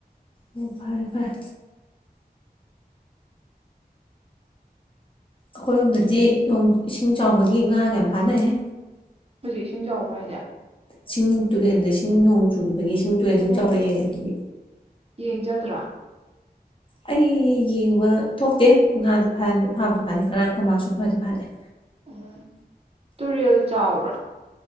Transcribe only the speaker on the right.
ꯍꯧꯖꯤꯛ ꯏꯁꯤꯡ ꯆꯥꯎꯕ꯭ꯔꯥ ꯍꯥꯏꯁꯦ
ꯎꯝ
ꯎꯝ
ꯌꯦꯡꯖꯗ꯭ꯔꯥ
ꯎꯝ ꯇꯨꯔꯦꯜ ꯆꯥꯎꯕ꯭ꯔꯥ